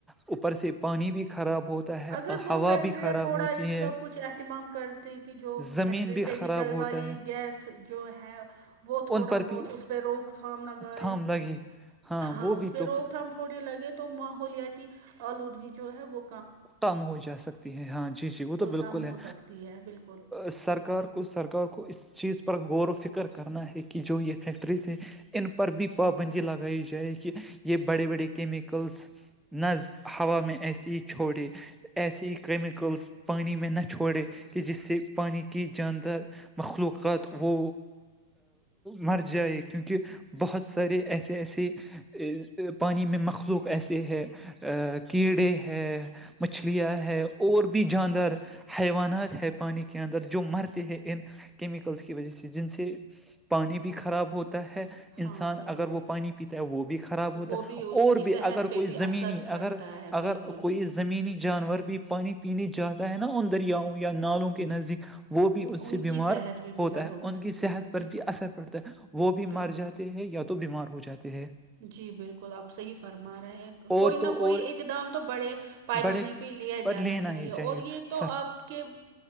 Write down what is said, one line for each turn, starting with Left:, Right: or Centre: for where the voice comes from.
Centre: اوپر سے پانی بھی خراب ہوتا ہے
Right: اگر وہ
Centre: ہوا
Right: فیکٹریاں
Centre: بھی خراب
Right: تھوڑا
Centre: ہوتی
Right: اس
Centre: ہے
Right: کا کچھ اہتمام کرتی کہ جو
Centre: زمین
Right: فیکٹری
Centre: بھی
Right: سے
Centre: خراب
Right: نکل
Centre: ہوتا
Right: والی
Centre: ہے
Right: گیس جو ہے وہ تھوڑا
Centre: ان پر بھی
Right: بہت اس روک تھام لگاںے
Centre: تھام لگے
Right: ہاں
Centre: وہ
Right: اس
Centre: بھی
Right: پہ
Centre: تو
Right: روک تھام تھوڑی لگے تو ماحولیاتی آلودگی جو ہے وہ
Centre: کم ہو جا سکتی ہے ہاں جی جی وہ تو بالکل
Right: کم ہو
Centre: ہے
Right: سکتی ہے بالکل
Centre: سرکار کو سرکار کو اس چیز پر غور و فکر کرنا ہے کہ جو یہ فیکٹریز ہیں ان پر بھی پابندی لگائی جائے کہ یہ بڑے بڑے کیمیکلس ناز ہوا میں ایسی ایسے ہی کیمیکلس پانی میں نہ چھوڑے کہ جس سے پانی کی جاندار مخلوقات وہ مر جائے کیونکہ بہت سارے ایسے ایسے پانی میں مخلوق ایسے ہے کیڑے ہے مچھلیاں ہے اور بھی جاندور حیوانات ہے پانی کے اندر جو مرتے ہیں ان کیمیکلس کی وجہ سے جن سے پانی بھی خراب ہوتا ہے انسان
Right: ہاں بالکل
Centre: اگر وہ پانی پیتا ہے وہ بھی خراب ہوتا
Right: وہ
Centre: ہے
Right: بھی اس
Centre: اور
Right: کی
Centre: بھی
Right: صحت
Centre: اگر
Right: پہ
Centre: کوئی
Right: بھی
Centre: زمینی
Right: اثر پڑتا
Centre: اگر
Right: ہے
Centre: اگر
Right: بالکل
Centre: کوئی زمینی جانور بھی پانی پینے جاتا ہے نا ان دریاؤں یا نالوں کے نزدیک وہ بھی اس
Right: ان
Centre: سے بیمار
Right: کی صحت بھی
Centre: ہوتا
Right: بگڑ
Centre: ہے
Right: ہو
Centre: ان
Right: سکتی
Centre: کی صحت
Right: ہے بالکل
Centre: پر بھی اثر پڑتا ہے وہ بھی
Right: بالکل
Centre: مر جاتے ہیں یا تو بیمار ہو جاتے ہیں
Right: جی بالکل آپ سے فرما رہے کوئی
Centre: اور
Right: نہ
Centre: تو
Right: کوئی
Centre: اور
Right: ایک دام تو بڑے پیمانے
Centre: بڑے
Right: پہ لیا
Centre: پر
Right: جانا
Centre: لینا
Right: چاہیے
Centre: ہی
Right: اور یہ تو
Centre: سر
Right: آپ کے